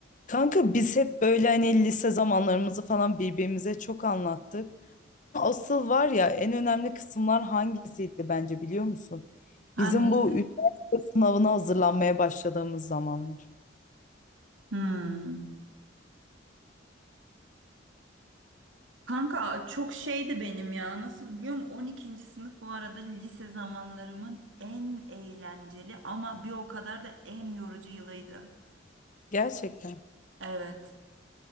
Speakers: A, on the left; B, on the right.
A: Kanka biz hep böyle hani lise zamanlarımızı falan birbirimize çok anlattık. Asıl var ya en önemli kısımlar hangisiydi bence biliyor musun?
B: Hangisi?
A: Bizim bu üniversite sınavına hazırlanmaya başladığımız zamanlar.
B: Hmm. Kanka çok şeydi benim ya. Nasıl biliyor musun? on ikinci sınıf bu arada lise zamanlarımın en eğlenceli ama bir o kadar da en yorucu yılıydı.
A: Gerçekten.
B: Evet.